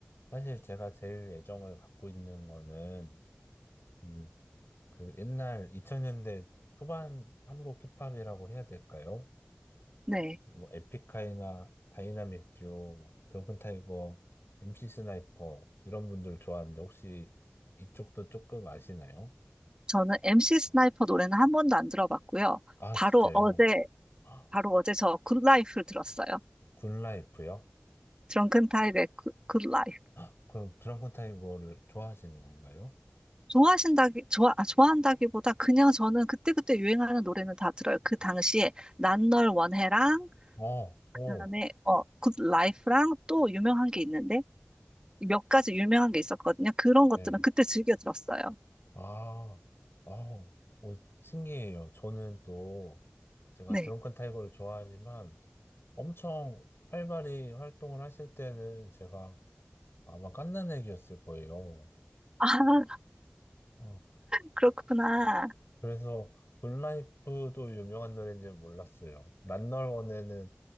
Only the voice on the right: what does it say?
네.
저는 MC 스나이퍼 노래는 한 번도 안 들어봤고요.
바로
어제,
바로 어제 저 굿라이프를 들었어요.
드렁큰 타이거의 굿, 굿라이프.
좋아하신다기, 좋아, 아, 좋아한다기보다 그냥 저는 그때그때 유행하는 노래는 다 들어요. 그 당시에 난 널 원해랑
그다음에
어, 굿라이프랑 또 유명한 게 있는데 몇 가지 유명한 게 있었거든요. 그런 것들은
그때 즐겨 들었어요.
네.
아, <laughs>
그렇구나.